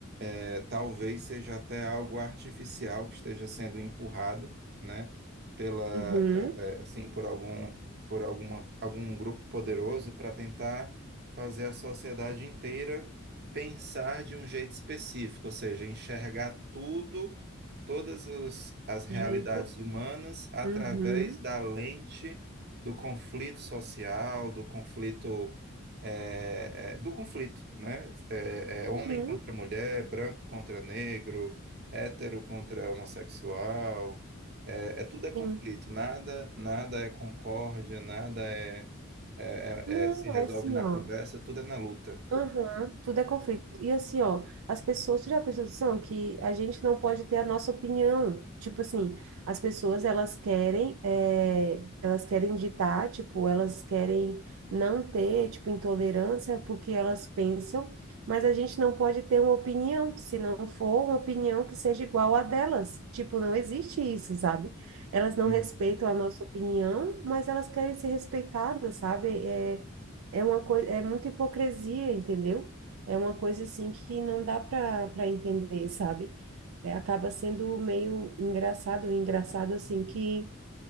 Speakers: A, on the right; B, on the right.
A: é, talvez seja até algo artificial que esteja sendo empurrado, né, pela,
B: Uhum.
A: eh, eh, assim, por algum, por alguma, algum grupo poderoso para tentar fazer a sociedade inteira pensar de um jeito específico, ou seja, enxergar tudo, todas as, as realidades
B: Jeito.
A: humanas através
B: Uhum.
A: da lente do conflito social, do conflito é, é, do conflito, né? É, é homem
B: Uhum.
A: contra mulher, branco contra negro, hétero contra homossexual, é, é tudo é conflito,
B: Sim.
A: nada, nada é concórdia, nada é, é-
B: Não,
A: é- é- se resolve
B: é assim,
A: na
B: ó.
A: conversa, tudo é na luta.
B: Aham, tudo é conflito. E assim, ó, as pessoas, tu já prestou atenção que a gente não pode ter a nossa opinião. Tipo assim, as pessoas, elas querem, é elas querem ditar, tipo, elas querem não ter, tipo, intolerância porque elas pensam, mas a gente não pode ter uma opinião, se não for uma opinião que seja igual à delas. Tipo, não existe isso, sabe? Elas não
A: Uhum.
B: respeitam a nossa opinião, mas elas querem ser respeitadas, sabe? É, é uma coisa, é muita hipocrisia, entendeu? É uma coisa assim que não dá para para entender, sabe? É, acaba sendo meio engraçado, engraçado assim que